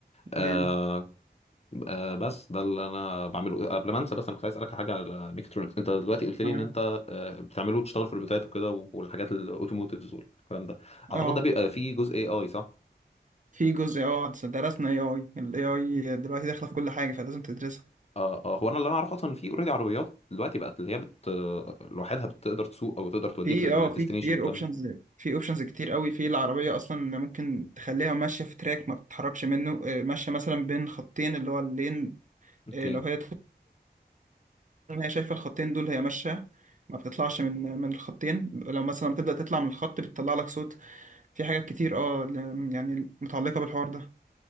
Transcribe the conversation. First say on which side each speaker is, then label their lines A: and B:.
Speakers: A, on the left (about 40°); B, on the right (about 45°).
A: آه
B: جامد
A: آه بس ده اللي انا بعمله قبل ما انسى بس انا كنت عايز اسالك على حاجه على ميكاترونكس انت دلوقتي قلت لي
B: معاك
A: ان انت آه بتعمله وتشتغل في الروبوتات وكده والحاجات الاوتوموتيفز والكلام ده اعتقد
B: اه
A: ده بيبقى فيه جزء اي اي صح
B: في جزء اه درسنا اي اي الاي اي دلوقتي داخله في كل حاجه فلازم تدرسها
A: آه آه هو انا اللي انا اعرفه اصلا في اوريدي عربيات دلوقتي بقت اللي هي بت آه، لوحدها بتقدر تسوق او تقدر توديك
B: في
A: للديستنيشن
B: اه في كتير
A: والكلام
B: اوبشنز
A: ده
B: في اوبشنز كتير قوي في العربيه اصلا ممكن تخليها ماشيه في تراك ما بتتحركش منه آه، ماشيه مثلا بين خطين اللي هو اللين
A: اوكي
B: آه، لو هي هي شايفه الخطين دول هي ماشيه ما بتطلعش من من الخطين لو مثلا بتبدا تطلع من الخط بتطلع لك صوت في حاجات كتير اه ل- يعني متعلقه بالحوار ده